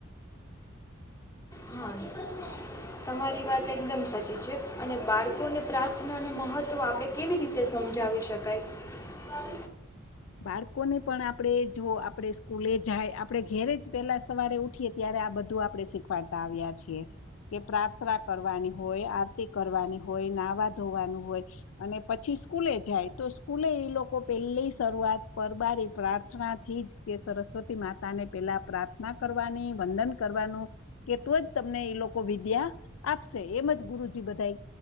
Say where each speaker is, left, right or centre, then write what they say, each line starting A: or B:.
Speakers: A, on the left (about 15°); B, on the left (about 80°).
A: હા તમારી વાત એકદમ સાચી છે અને બાળકોને પ્રાર્થના નું મહત્વ આપણે કેવી રીતે સમજાવી શકાય.
B: બાળકોને પણ આપણેે જો આપણે સ્કૂલે જાય આપણે ઘેરે જ પેલા સવારે ઉઠીએ ત્યારે આ બધું આપણે શીખવાડતા આવ્યા છીએ કે પ્રાર્થના કરવાની હોય આરતી કરવાની હોય નાહવા ધોવાનું હોય અને પછી સ્કૂલે જાય તો સ્કૂલે એ લોકો પેલા શરૂઆત પરબારી પ્રાર્થના થી જ કે સરસ્વતી માતા ને પેલા પ્રાર્થના કરવાની વંદન કરવાનું કે તો જ તમને એ લોકો વિદ્યા આપશે એમ જ ગુરુજી બધા